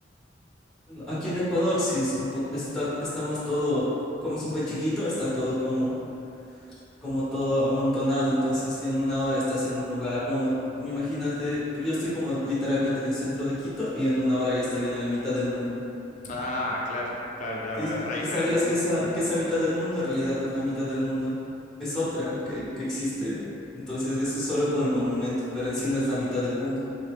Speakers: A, in the centre; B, on the left.
A: Aquí en Ecuador sí es un poco, está, estamos todo, como es un país chiquito, está todo como, como todo amontonado, entonces ya en una hora estás en un lugar, como, como imagínate, yo estoy como literalmente en el centro de Quito y en una hora ya estoy en la mitad del mundo.
B: Ah, claro, claro, claro,
A: Sí, y,
B: es re diferente.
A: y sabías que esa, que esa mitad del mundo en realidad no es la mitad del mundo, es otra que, que existe, entonces eso es solo como el monumento, pero en sí no es la mitad del mundo,